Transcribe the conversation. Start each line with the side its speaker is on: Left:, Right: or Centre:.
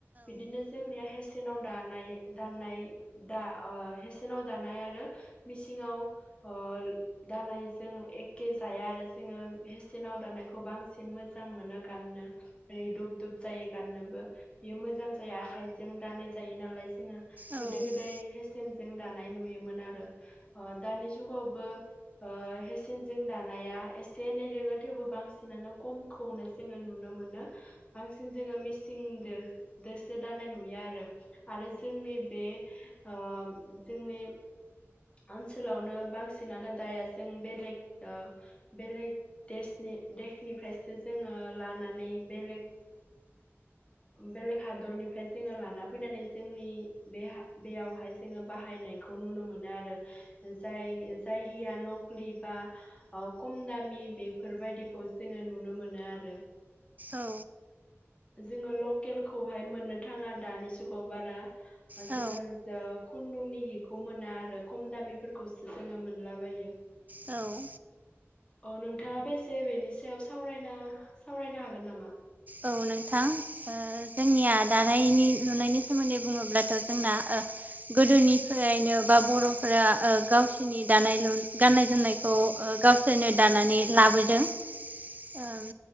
Left: बिदिनो जोंनिया हेसेनाव दा दा हेसेनाव दानाय आरो मिसिङाव अल दानायजों एखे जाया आरो जोङो हेसेनाव दानायखौ बांसिन मोजां मोनो गाननो। ओरै दुब दुब जायो गाननोबो बेयो मोजां जायो आखाइजों दानाय जायो नालाय जोडीं गोदी
Right: औ
Left: गीदाय हिसानजों दानायख नुनी मोनोमोन आरो द ज वबो हेसेनजों दानाया एसे एनै रोङो थेवबो बांसिनानो खम। खौनो जोङो नुनो मोनो। बांसिन जोङो मिसिं दो दोसो दानाय नुयो आरो। आरो जोंनि बे ओ जोंनि। ओनसोलावनो बांसिनानो दाया जों बेलेग ओ बेलेग देशनि देशनिफ्रायसो जोङो लानानै बेलेग बेलेग हादरनिफ्राय जोङो लाना फैनानै जोंनि बे बेयावहाय जोङो बाहायनायखौ नुनो मोनो आरो जाय जाय हिया नख्लि बा अ खम दामि बेफोरबायदिखौ जोङो नुनो मोनो आरो।
Right: औ।
Left: जोङो लकेलखौहाय मोननो थाङा दानि जुगाव बारा।
Right: औ
Left: जोङो खुन्दुंनि हिखौ मोना आरो। खम दामिफोरखौसो जोङो मोनलाबायो
Right: औ
Left: अ नोंथाङा बेसे बेनि सायावाव सावरायना सावरायनो हागोन नामा?
Right: औ नोंथां! ओ जोंनिया दानायनि लुनायनि सोमोन्दै बुङोब्लाथ' जोंना ओ गोदोनिफ्रायनो बा बर'फोरा ओ गावसिनि दानाय लु गाननाय जोमनाय खौ ओ गावसोरनो दानानै लाबोदों।
Left: <inaudible>
Right: ओम